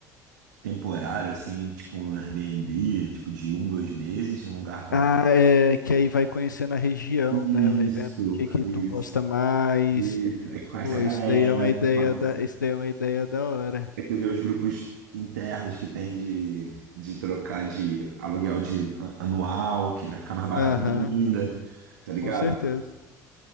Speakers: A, on the right (about 70°); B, on the left (about 80°).
A: temporário, assim, tipo um Airbnb, tipo de um, dois meses, um lugar para...
B: Ah, é que aí vai conhecendo a região,
A: Isso,
B: né? Vai vendo o que que
A: isso.
B: tu gosta mais.
A: Isso. Aí tu conhece
B: Pô,
A: a galera,
B: isso daí é uma ideia
A: você conhece.
B: da, isso daí é uma ideia da hora.
A: Aí tu vê os grupos internos que tem de, de trocar de aluguel de a- anual, que vai ficar mais barato
B: Aham,
A: ainda, tá ligado?
B: com certeza.